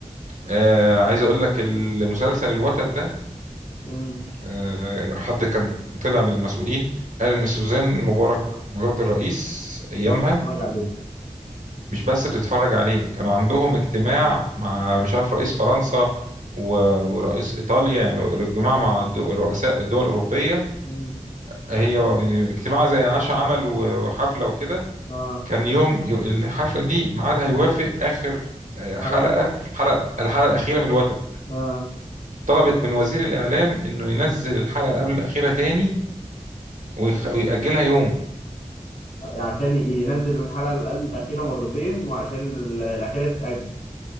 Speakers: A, on the right; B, on the left.
A: آه عايز اقول لك المسلسل الوتد ده
B: امم
A: آه حد كان طلع من المسؤولين قال ان سوزان مبارك مرات الرئيس
B: بتقعد
A: ايامها
B: تتفرج عليه
A: مش بس بتتفرج عليه كان عندهم اجتماع مع مش عارف رئيس فرنسا و- ورئيس ايطاليا يعني اجتماع مع الدو- رؤساء الدول الاوروبيه
B: امم
A: هي اجتماع زي عشاء عمل و- وحفله وكده
B: اه
A: كان يوم يو- الحفله دي ميعادها يوافق اخر آه، حلقه
B: حلقة
A: الحلقه الحلقه الاخيره من الوتد
B: اه
A: طلبت من وزير الإعلام إنه ينزل الحلقة اللي قبل الأخيرة تاني ويخ... ويأجلها يوم
B: عشان ينزل الحلقة اللي قبل الأخيرة مرتين وعشان ال- الأخيرة تتأجل